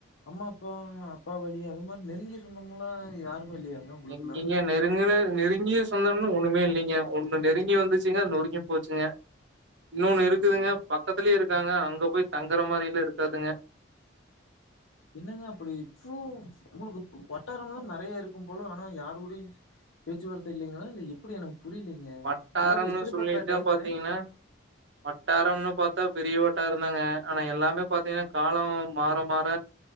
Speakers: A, on the left; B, on the right.
A: அம்மா அப்பா அப்பா வழி அது மாரி நெருங்கிய சொந்தமெல்லா யாருமே இல்லையாங்க உங்களுக்குலா
B: எங்கெங்கே நேத் நெருங்குன நெருங்கிய சொந்தம்ன்னு ஒண்ணுமே இல்லிங்க ஒண்ணு நெருங்கி வந்துச்சுங்க நொறுங்கி போச்சுங்க இன்னொன்னு இருக்குதுங்க
A: ஓ
B: பக்கத்துலே இருக்காங்க அங்க போய் தங்குற மாரியில்லா இருக்காதுங்க
A: என்னங்க அப்டி இவ்ளோ உங்குளுக்கு வட்டாரம்லா நறைய இருக்கும் போல ஆனா யாரு கூடையு பேச்சுவார்த்த இல்லிங்ளா இல்ல எப் எப்புடி எனக்கு புரியலீங்க
B: வட்டாரம்னு
A: எல்லாரு எப்படிப்பட்ட
B: சொல்லிட்டா
A: டைப்பு
B: பாத்தீங்கன்னா வட்டாரம்னு பாத்தா பெரிய வட்டாரந்தாங்க ஆனா எல்லாமே பாத்தீங்கன்னா காலம் மாற மாற